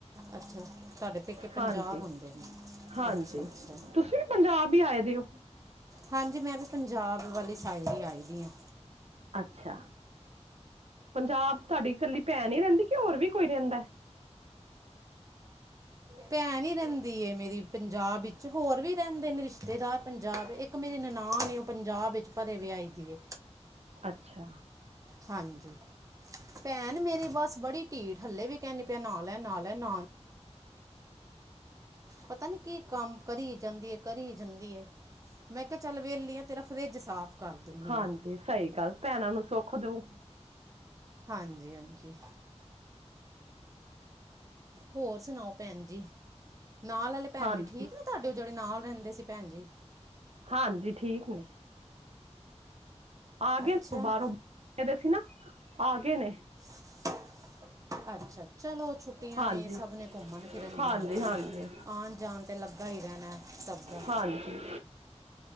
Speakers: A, on the right (about 30°); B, on the right (about 65°).
A: ਅੱਛਾ, ਤਾਡੇ ਪੇਕੇ ਪੰਜਾਬ
B: ਹਾਂਜੀ
A: ਆਉਂਦੇ ਨੇ
B: ਹਾਂਜੀ
A: ਅੱਛਾ-ਅੱਛਾ।
B: ਤੁਸੀਂ ਵੀ ਪੰਜਾਬ ਹੀ ਆਏ ਦੇ ਉ
A: ਹਾਂਜੀ, ਮੈਂ ਵੀ ਪੰਜਾਬ ਵਾਲੀ ਸਾਈਡ ਹੀ ਆਈ ਦੀ ਹਾਂ।
B: ਅੱਛਾ ਪੰਜਾਬ ਤੁਹਾਡੀ ਇਕੱਲੀ ਭੈਣ ਹੀ ਰਹਿੰਦੀ ਕਿ ਹੋਰ ਵੀ ਕੋਈ ਰਹਿੰਦਾ।
A: ਭੈਣ ਹੀ ਰਹਿੰਦੀ ਏ ਮੇਰੀ ਪੰਜਾਬ ਵਿੱਚ ਹੋਰ ਵੀ ਰਹਿੰਦੇ ਨੇ ਰਿਸ਼ਤੇਦਾਰ ਪੰਜਾਬ ਇੱਕ ਮੇਰੀ ਨਨਾਹ ਨੇ ਉਹ ਪੰਜਾਬ ਵਿੱਚ ਭਰੇ ਵਿਆਈ ਦੀ ਏ
B: ਅੱਛਾ।
A: ਹਾਂਜੀ। ਭੈਣ ਮੇਰੀ ਬੱਸ ਬੜੀ ਢੀਠ, ਹੱਲੇ ਵੀ ਕਹਿੰਦੀ ਪਿਆ ਨਾਹ ਲੈ ਨਾਹ ਲੈ ਨ ਪਤਾ ਨੀ ਕੀ ਕੰਮ ਕਰੀ ਜਾਂਦੀ ਏ, ਕਰੀ ਜਾਂਦੀ ਐ। ਮੈਂ ਕਿਹਾ ਚੱਲ ਵਿਹਲੀ ਆ ਤੇਰਾ ਫਰਿਜ ਸਾਫ਼ ਕਰ ਦਿੰਨੀ
B: ਹਾਂਜੀ,
A: ਆ
B: ਸਹੀ ਗੱਲ ਭੈਣਾਂ ਨੂੰ ਸੁੱਖ ਦਊ।
A: ਹਾਂਜੀ-ਹਾਂਜੀ। ਹੋਰ ਸੁਣਾਓ, ਭੈਣ ਜੀ। ਨਾਲ ਆਲੇ ਭੈਣ
B: ਹਾਂਜੀ
A: ਜੀ ਠੀਕ ਨੇ ਤੁਹਾਡੇ ਉਹ ਜਿਹੜੇ ਨਾਲ ਰਹਿੰਦੇ ਸੀ ਭੈਣ ਜੀ।
B: ਹਾਂਜੀ ਠੀਕ ਨੇ ਆ
A: ਅੱਛਾ
B: ਗਏ ਨੇ ਬਾਹਰੋਂ, ਗਏ ਦੇ ਸੀ ਨਾ, ਆ ਗਏ ਨੇ।
A: <inaudible> ਅੱਛਾ, ਚਲੋ ਛੁੱਟੀਆਂ
B: ਹਾਂਜੀ
A: ਨੇ ਸਭ ਨੇ ਘੁੰਮਣ ਫਿਰਨ
B: ਹਾਂਜੀ
A: ਜਾਣਾ
B: ਹਾਂਜੀ
A: ਆਣ ਜਾਣ ਤ ਤੇ ਲਗ ਲੱਗਾ ਈ ਰਹਿਣਾ ਸਭ ਦਾ।
B: ਹਾਂਜੀ